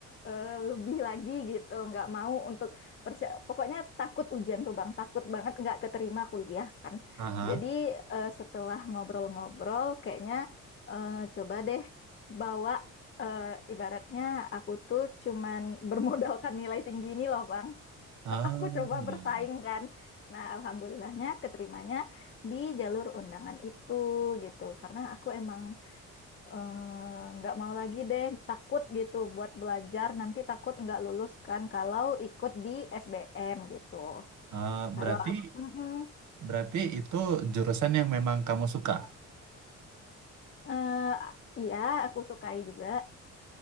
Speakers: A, on the left; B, on the right.
A: eh, lebih lagi gitu nggak mau untuk persia- pokoknya takut ujian tuh bang takut banget nggak keterima kuliah kan
B: Aha.
A: jadi eh, setelah ngobrol-ngobrol kayaknya eh, coba deh bawa eh, ibaratnya aku tuh cuman <laughs> bermodalkan nilai tinggi ini loh bang
B: Ah,
A: aku coba
B: iya
A: bersaing
B: iya.
A: kan nah alhamdulillahnya keterimanya di jalur undangan itu gitu karena aku emang eh, nggak mau lagi deh takut gitu buat belajar nanti takut nggak lulus kan kalau ikut di SBM gitu
B: Ah,
A: kalau
B: berarti
A: aku Mm-mm.
B: berarti itu jurusan yang memang kamu suka.
A: Eh, iya aku sukai juga